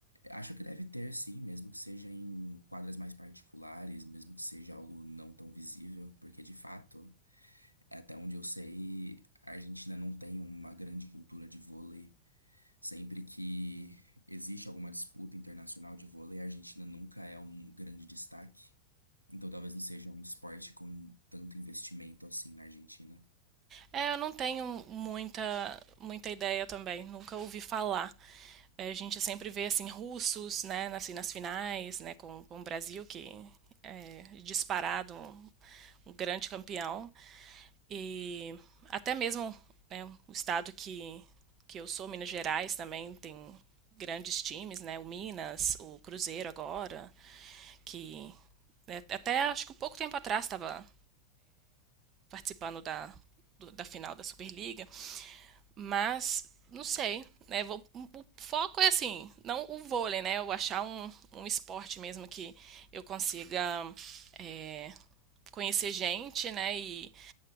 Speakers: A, on the right; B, on the right.
A: Acho que deve ter, sim, mesmo que seja em quadras mais particulares, mesmo que seja algo não tão visível, porque de fato, até onde eu sei, a Argentina não tem uma grande cultura de vôlei. Sempre que existe alguma disputa internacional de vôlei, a Argentina nunca é um grande destaque. Então talvez não seja um esporte com tanto investimento assim na Argentina.
B: É, eu não tenho muita, muita ideia também, nunca ouvi falar. É, A gente sempre vê assim russos, né, assim, nas finais, né, com, com o Brasil que é disparado um, um grande campeão e até mesmo, né, o estado que que eu sou, Minas Gerais também tem grandes times, né, o Minas, o Cruzeiro agora, que né, até acho que um pouco tempo atrás estava participando da, do- da final da Superliga. Mas, não sei, né? Vou- o foco é assim, não o vôlei, né? Eu achar um, um esporte mesmo que eu consiga é, conhecer gente, né? E,